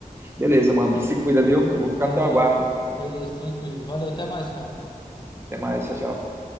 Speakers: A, on the right; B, on the left.
A: Beleza, mano. Se cuida, viu? Eu vou ficar
B: Valeu.
A: no teu aguardo.
B: Beleza, tranquilo. Valeu, até mais, cara.
A: Até mais. Tchau, tchau.